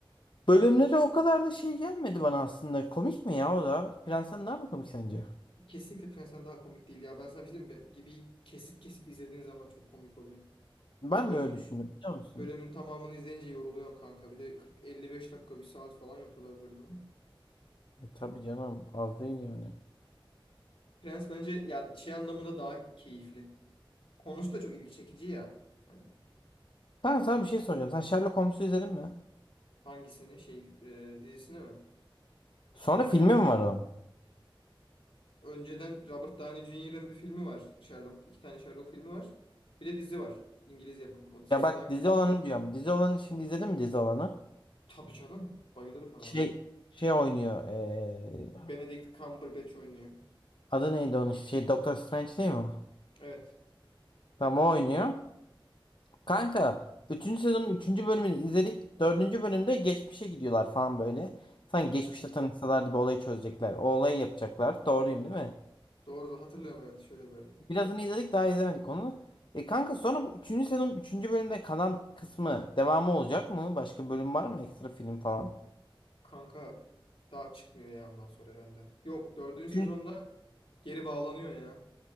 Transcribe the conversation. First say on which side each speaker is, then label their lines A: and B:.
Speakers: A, on the left; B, on the left.
A: Bölümleri o kadar da şey gelmedi bana aslında. Komik mi ya o da? Prensen daha mı komik sence?
B: Kesinlikle Prens'ten daha komik değil ya. Ben sana bir şey diyeyim mi? Gibi kesit kesit izlediğin zaman çok komik oluyor.
A: Ben
B: Bölümün
A: de öyle düşündüm biliyor musun?
B: bölümün tamamını izleyince yoruluyorsun kanka. Bir de 40-55 dakika bir saat falan yapıyorlar bölümü.
A: E, tabii canım az değil yani.
B: Prens bence ya şey anlamında daha keyifli. Konusu da çok ilgi çekici ya. Hani
A: Ben sana
B: bir-
A: bir şey soracağım. Sen Sherlock Holmes'u izledin mi?
B: hangisini şey e, dizisini mi?
A: Sonra filmi mi var o?
B: Önceden Robert Downey Jr.'ın bir filmi var. Sherlock, iki tane Sherlock filmi var. Bir de dizi var. İngiliz yapımı. O dizisi
A: Ya bak
B: daha güzel.
A: dizi olanı diyorum. Dizi olanı şimdi izledin mi dizi olanı?
B: Tabii canım. Bayılırım ben
A: Şey
B: ona.
A: şey oynuyor. ee,
B: Benedict Cumberbatch oynuyor.
A: adı neydi onun? Şey Doctor Strange değil mi? Tam
B: Evet.
A: o oynuyor. Kanka bütün sezonun üçüncü bölümünü izledik. Dördüncü bölümde geçmişe gidiyorlar falan böyle. Sanki
B: Hı.
A: geçmişte tanışsalardı bir olayı çözecekler. O olayı yapacaklar. Doğruyum değil mi?
B: Doğru da hatırlıyorum evet şöyle böyle.
A: Birazını izledik daha izlemedik onu. E kanka sonra bu üçüncü sezonun üçüncü bölümde kalan kısmı devamı olacak mı? Başka bölüm var mı? Ekstra film falan.
B: Kanka daha çıkmıyor ya ondan sonra herhalde. Yok dördüncü
A: Çünkü
B: sezonda geri bağlanıyor ya.